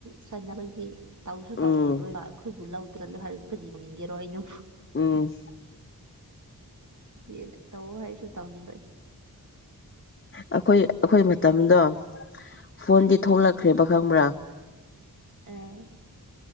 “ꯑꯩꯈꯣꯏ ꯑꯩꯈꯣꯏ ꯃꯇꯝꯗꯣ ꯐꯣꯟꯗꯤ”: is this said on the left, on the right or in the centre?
Left